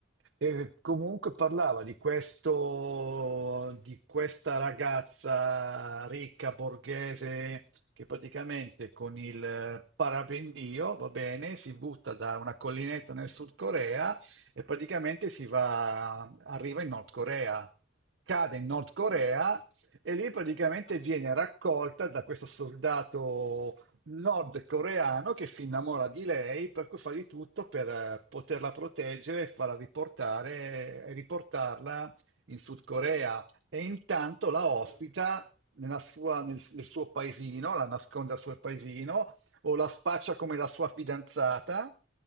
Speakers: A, on the right (about 65°); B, on the left (about 70°).
A: e comunque parlava di questo, di questa ragazza ricca borghese che praticamente con il parapendio, va bene, si butta da una collinetta nel Sud Corea e praticamente si va, arriva in Nord Corea, cade in Nord Corea
B: Urca!
A: e lì praticamente
B: Ah,
A: viene raccolta da questo soldato nordcoreano che si innamora di lei, per cui fa di tutto per eh, poterla proteggere e farla riportare e riportarla in Sud Corea e intanto
B: che
A: la
B: bello!
A: ospita nella sua- nel, nel suo paesino, la nasconde al suo paesino o la spaccia come la sua fidanzata.